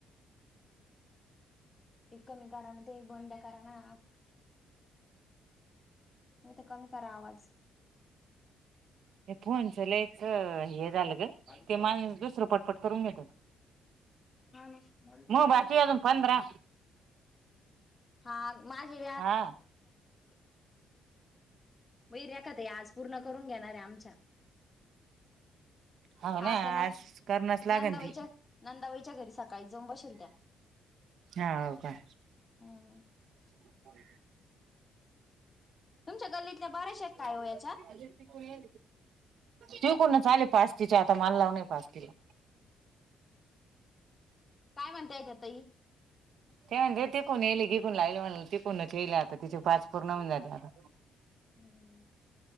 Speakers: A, on the left; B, on the right.
A: ह कमी कारण ते बंद कराणा नाही ते कमी करा आवाज
B: हे फोनच लयच हे झालं
A: <unintelligible>
B: ग
A: हो
B: ते माणूस दुसरं पटपट करून घेतो
A: ना
B: मग बाकी अजून पंधरा
A: हा माझे
B: हा
A: <unintelligible> वग रेखत आज पूर्ण करून घेणार आहे आमच्या
B: हो ना
A: आज त्यांना
B: करणच लागन
A: नंदावईच्या
B: ती
A: नांदावईच्या घरी सकाळी जोम बशल त्या
B: हा हो का
A: हम्म
B: टिक
A: तुमच्या गल्लीतल्या बऱ्याच
B: टॉक
A: आहेत काय हो याच्यात
B: अज कोणी तू कोण चाले पास्तीचे आता मान लाव नाहीय पास्तीला
A: काय म्हणता येत तई
B: ते म्हण ते तिकून येले गिकून ला आले म्हणा तिकूनचेले आता तिचे पाच पूर्णऊन जाते आता
A: हम्म